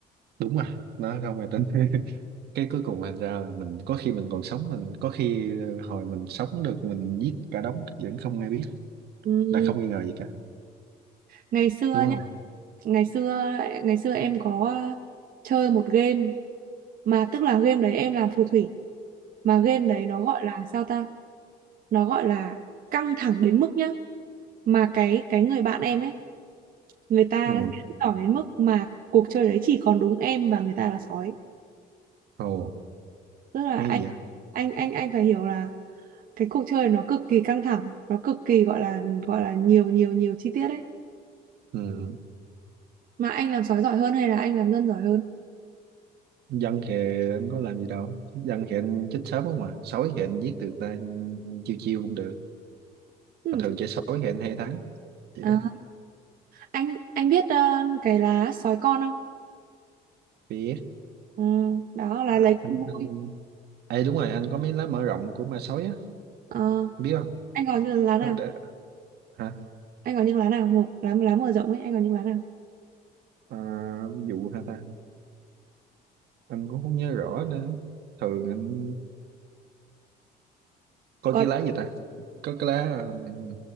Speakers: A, on the right (about 70°); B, on the right (about 55°).
A: đúng mà nó không hề tính <laughs> cái cuối cùng thành ra là mình có khi mình còn sống mình có khi hồi mình sống được mình giết cả đống vẫn không ai biết
B: ừ.
A: là không nghi ngờ gì cả
B: ngày xưa
A: đúng không
B: nhá ngày xưa ngày xưa em có ờ, chơi một game mà tức là game đấy em làm phù thủy mà game đấy nó gọi là sao ta nó gọi là căng thẳng đến mức nhá mà cái cái người bạn em ấy người ta
A: ừ
B: diễn tỏ đến mức mà cuộc chơi đấy chỉ còn đúng em và người ta là sói
A: ồ
B: tức là
A: hay
B: anh
A: gì vậy
B: anh anh anh phải hiểu là cái cuộc chơi nó cực kỳ căng thẳng nó cực kỳ gọi là gọi là nhiều nhiều nhiều chi tiết ấy
A: ừ
B: mà anh làm sói giỏi hơn hay là anh làm dân giỏi hơn
A: dân thì anh có làm gì đâu dân thì anh chết sớm không mà sói thì anh giết được ta chiêu chiêu cũng được
B: ừ.
A: mà thường chơi sói thì anh hay thắng vậy
B: à,
A: đó
B: anh anh biết ờ, cái lá sói con không
A: Biết
B: ừ. đó là
A: À,
B: lấy
A: anh,
B: cũng vui
A: anh... Ê, đúng rồi, anh có mấy lá mở rộng của ma sói á,
B: Ờ,
A: biết không?
B: anh có những lá nào
A: Hả? Để... Hả?
B: anh có những lá nào một lá lá mở rộng ấy anh có những lá nào
A: À, ví dụ hả ta? Anh cũng không nhớ rõ nữa. Thường anh coi
B: có
A: cái lá gì ta? Có cái lá... um,